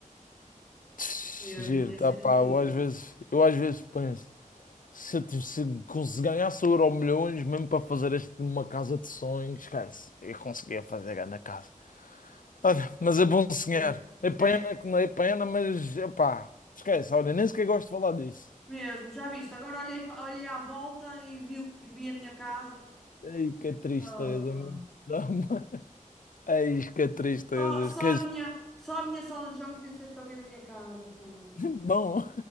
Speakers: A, on the left; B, in the centre.
A: Tch,
B: Mesmo,
A: Giro,
B: ia
A: tá
B: ser
A: pá,
B: incrível.
A: eu às vezes, eu às vezes penso. Se, eu tive- se cons- ganhasse o Euro milhões, mesmo para fazer este, uma casa de sonhos, esquece, eu conseguia fazer a na casa.
B: Sim,
A: Olha, mas é bom sonhar.
B: mesmo.
A: É pena
B: É,
A: que não é pena, mas epá, esquece, olha, nem sequer gosto de falar disso.
B: mesmo, já viste. Agora olhei, pa- olhei à volta e vi, o- e vi a minha casa.
A: Ei, que tristeza,
B: Opa.
A: meu. Dá-me- <laughs> Ei, que tristeza.
B: Só, só
A: Esquece.
B: a minha, só a minha sala de jogos ia ser também da minha casa toda.
A: <laughs> Bom,